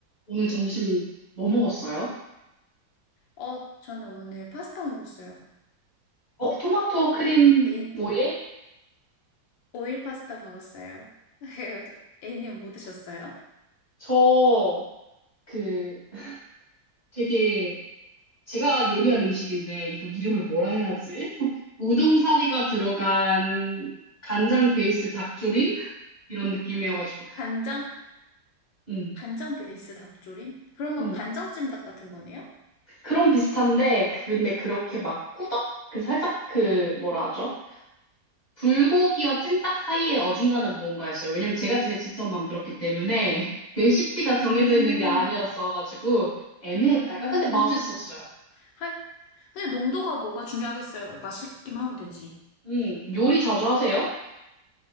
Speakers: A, on the left; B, on the left.
A: 오늘 점심 뭐 먹었어요?
B: 어, 저는 오늘 파스타 먹었어요.
A: 어, 토마토 크림
B: 어, 애인,
A: 오일?
B: 오일 파스타 먹었어요. <laughs> 애인님 뭐 드셨어요?
A: 저, 그, 되게, 제가 요리한 음식인데, 이걸 이름을 뭐라 해야지? <laughs> 우동사리가 들어간 간장 베이스 닭조림? 이런 느낌이어가지고,
B: 간장,
A: 음,
B: 간장 베이스 닭조림? 그러면
A: 음.
B: 간장찜 닭 같은 거네요?
A: 그런 비슷한데, 근데 그렇게 막 꾸덕? 그 살짝 그, 뭐라 하죠? 불고기와 찜닭 사이에 어중간한 무언가였어요. 왜냐면 제가 제 직접 만들었기 때문에 <laughs> 레시피가
B: 음,
A: 정해져 있는 게 아니었어가지고 애매했다가
B: 음,
A: 근데 맛있었어요.
B: 음. 하, 근데 농도가 뭐가 중요하겠어요? 맛있기만 하면 되지.
A: 음, 요리 자주 하세요?